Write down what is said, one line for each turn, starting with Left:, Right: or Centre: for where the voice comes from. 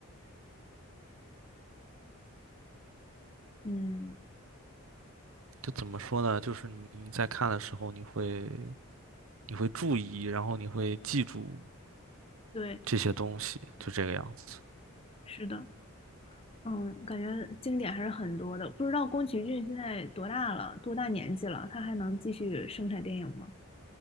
Left: 嗯
Right: 就怎么说呢？就是你在看的时候，你会你会注意，然后你会记住
Left: 对，
Right: 这些东西，就这个样子。
Left: 是的，嗯，感觉经典还是很多的。不知道宫崎骏现在多大了，多大年纪了，他还能继续生产电影吗？